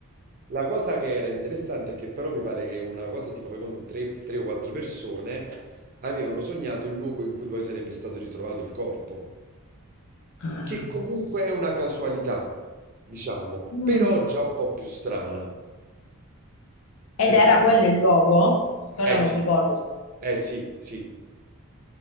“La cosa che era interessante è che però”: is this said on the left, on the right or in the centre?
Right